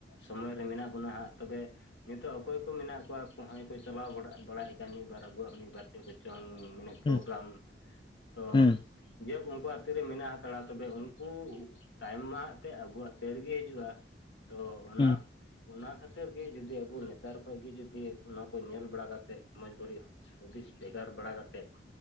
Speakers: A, on the left (about 75°); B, on the left (about 25°).
A: ᱥᱚᱢᱚᱭ ᱨᱮ ᱢᱮᱱᱟᱜ ᱵᱚᱱᱟ ᱦᱟᱸᱜ ᱛᱚᱵᱮ ᱱᱤᱛᱚᱜ ᱚᱠᱚᱭ ᱠᱚ ᱢᱮᱱᱟᱜ ᱠᱚᱣᱟ ᱦᱚᱸᱚᱭ ᱠᱚ ᱪᱟᱞᱟᱣ ᱵᱟᱲᱟ ᱵᱟᱲᱟᱭ ᱠᱟᱱ ᱢᱤᱫ ᱵᱟᱨ ᱟᱵᱚᱣᱟᱜ ᱢᱤᱫ ᱵᱟᱨ ᱪᱮ ᱠᱚᱪᱚᱝ ᱢᱟᱱᱮ ᱯᱨᱳᱜᱽᱨᱟᱢ
B: ᱦᱩᱸ
A: ᱛᱚ
B: ᱦᱩᱸ
A: ᱡᱮᱦᱳᱠ ᱩᱝᱠᱩᱣᱟᱜ ᱛᱤᱨᱮᱜ ᱢᱮᱱᱟᱜ ᱟᱠᱟᱫᱟ ᱛᱚᱵᱮ ᱩᱝᱠᱩ ᱛᱟᱭᱚᱢ ᱢᱟᱦᱟᱜ ᱛᱮ ᱟᱵᱚᱣᱟᱜ ᱛᱤᱨᱮᱜᱮ ᱦᱤᱡᱩᱜᱼᱟ ᱛᱚ ᱚᱱᱟ
B: ᱦᱩᱸ
A: ᱚᱱᱟ ᱠᱷᱟᱹᱛᱤᱨ ᱛᱤᱨ ᱜᱤ ᱡᱩᱫᱤ ᱟᱵᱚ ᱱᱮᱛᱟᱨ ᱠᱷᱚᱡ ᱜᱮ ᱡᱩᱫᱤ ᱚᱱᱟ ᱠᱚ ᱧᱮᱞ ᱵᱟᱲᱟ ᱠᱟᱛᱮᱫ ᱢᱚᱸᱡᱽ ᱵᱟᱹᱲᱤᱡ ᱦᱩᱫᱤᱥ ᱵᱷᱮᱜᱟᱨ ᱵᱟᱲᱟ ᱠᱟᱛᱮᱫ